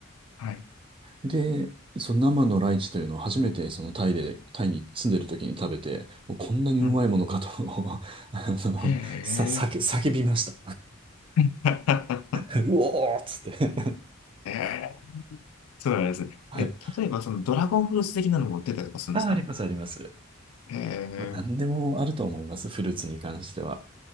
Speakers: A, on the left; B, on the right.
A: はい。
B: で、その生のライチというのを初めてそのタイで、タイに住んでる時に食べて、もうこんなにうまいものかと
A: うん
B: <laughs> あの、
A: へえ。
B: さ、叫、叫びました。
A: <laughs>
B: <laughs> うおーっつって
A: へえ。そうなんですね。
B: はい。
A: え、例えばそのドラゴンフルーツ的なのも売ってたりとかするんですかね。
B: あ、あります、あります。
A: へえ。
B: まあ、何でもあると思います、フルーツに関しては。